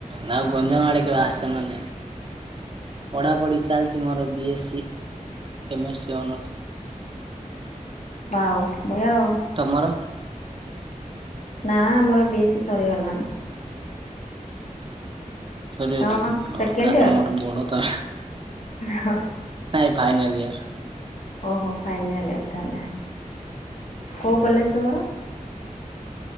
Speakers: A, on the right; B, on the left.
A: ନାଁ ଗୋଞଧଳମାିକ ଆସ ନନେ ପଢ଼ାପଢ଼ି ଚାଲିଛି ମୋର B S C chemistry honours.
B: ବା ମୁୟଉ।
A: ତମର?
B: ନା ଆମର ବି ଏ ସି ସରିଗଲାଣି।
A: ସରିଗଲାଣି
B: ତମର କଣ ସେକେଣ୍ଡ
A: ଆଉ ତାର
B: ଇୟର
A: ମୋଠୁ ବଡ ତ
B: ହଁ।
A: ନାଇଁ ଫାଇନାଲ ଇୟର।
B: ଓହୋ ଫାଇନାଲ ତାହଲେ କୋଉ କଲେଜ ତମର?